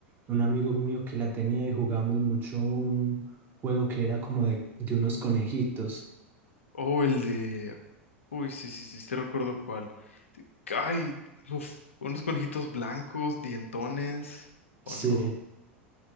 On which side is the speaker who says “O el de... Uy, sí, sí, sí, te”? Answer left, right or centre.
Left